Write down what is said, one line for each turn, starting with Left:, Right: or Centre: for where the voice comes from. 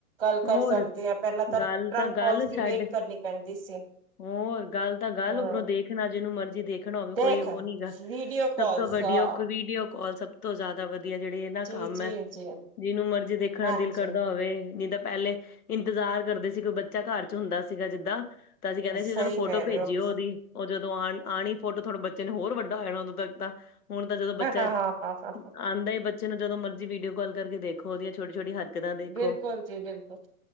Right: ਕੱਲ
Left: ਹੋਰ
Right: ਕਰ ਸਕਦੇ ਆ ਪੈਲਾਂ ਤਾਂ
Left: ਗੱਲ
Right: ਟਰੰਕ
Left: ਗੱਲ
Right: ਕੋਲਸ ਦੀ
Left: ਛੱਡ
Right: ਵੇਟ ਕਰਨੀ ਪੈਂਦੀ ਸੀ।
Left: ਹੋਰ ਗੱਲ ਤਾਂ ਗੱਲ
Right: ਹਾਂ
Left: ਉੱਪਰੋਂ ਦੇਖਣਾ ਜਿਨੂੰ ਮਰਜ਼ੀ ਦੇ ਦੇਖਣਾ ਹੋਵੇ
Right: ਦੇਖ
Left: ਕੋਈ ਓ ਨੀ ਗਾ
Right: ਵੀਡੀਓ
Left: ਸਭ
Right: ਕਾਲਸ
Left: ਤੋਂ ਵੱਡੀਆ
Right: ਹਾਂ
Left: ਵੀਡੀਓ ਕੋਲ ਸਭ ਤੋਂ ਜਾਦਾ ਵ ਧੀਆ ਜੇੜਾ ਏਨਾ
Right: ਜੀ
Left: ਕੰਮ
Right: ਜੀ
Left: ਐ
Right: ਜੀ
Left: ਜਿਨੂੰ ਮਰਜੀ ਦੇਖਣਾ
Right: ਹਾਂਜੀ
Left: ਦਿਲ ਕਰਦਾ ਹੋਵੇ ਨਈ ਤਾਂ ਪਹਿਲੇ ਇੰਤਜ਼ਾਰ ਕਰਦੇ ਸੀ ਕੋਈ ਬੱਚਾ ਘਰ ਚ ਹੁੰਦਾ ਸੀਗਾ ਜਿੱਦਾਂ ਤਾਂ ਅਸੀਂ ਕੈਂਦੇ
Right: ਸਹੀ
Left: ਸੀ ਚਲੋ ਫੋਟੋ
Right: ਕਹਿ
Left: ਭੇਜੀਓ
Right: ਰਹੇ ਹੋ
Left: ਓਦੀ। ਓ ਜਦੋਂ ਆ ਆਣੀ ਫੋਟੋ ਥੋੜਾ ਬੱਚੇ ਨੇ ਹੋਰ ਵੱਡਾ ਹੋ ਜਾਣਾ ਓਦੋਂ ਤੱਕ ਤਾਂ ਹੁਣ ਤਾਂ ਜਦੋਂ ਬੱਚਾ
Right: ਹਾਂ ਹਾਂ ਹਾਂ ਹਾਂ
Left: ਆਂਦਾ ਈ ਬੱਚੇ ਨੂੰ ਜਦੋਂ ਮਰਜੀ ਵੀਡੀਓ ਕੋਲ ਕਰਕੇ ਦੇਖੋ ਓਦੀਆਂ ਛੋਟੀ ਛੋਟੀ ਹਰਕਤਾਂ ਦੇਖੋ
Right: ਬਿਲਕੁੱਲ ਜੀ ਬਿਲਕੁੱਲ